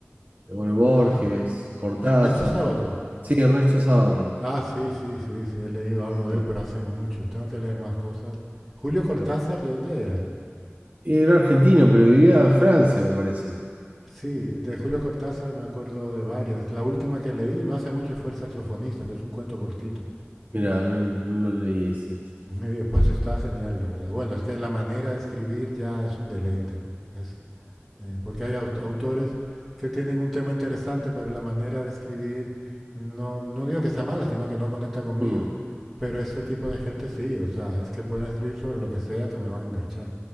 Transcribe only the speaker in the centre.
Ah,
Ernesto Sábato.
Ah, sí, sí, sí, sí, he leído algo
de
él, pero hace mucho. Tengo que leer más cosas. Julio Cortázar,
¿de dónde era?
Sí, de Julio Cortázar me acuerdo de varias. La última que leí no hace mucho fue El saxofonista, que es un cuento cortito.
Y pues está genial, la verdad. Bueno, es que la manera de escribir ya es un deleite. Es, eh, porque hay aut- autores que tienen un tema interesante, pero la manera de escribir, no, no digo que sea mala, sino que no conecta conmigo.
Pero ese tipo de gente sí, o sea, es que pueden escribir sobre lo que sea que me van a enganchar.